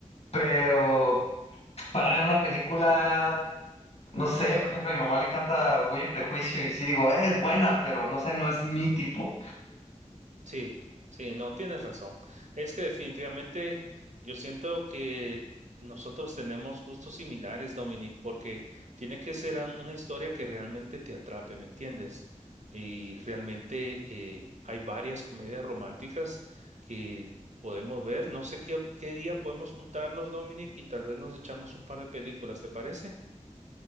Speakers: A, on the left; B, on the right.
A: pero para ver una película no sé, por ejemplo, a mi mamá le encanta Orgullo y Prejuicio y sí digo, "Eh, es buena, pero no sé, no es mi tipo.
B: Sí, sí, no tienes razón. Es que definitivamente yo siento que nosotros tenemos gustos similares, Dominic, porque tiene que ser an- una historia que realmente te atrape, ¿me entiendes? Y realmente eh, hay varias comedias románticas que podemos ver. No sé qué, qué día podemos juntarnos, Dominic, y tal vez nos echamos un par de películas, ¿te parece?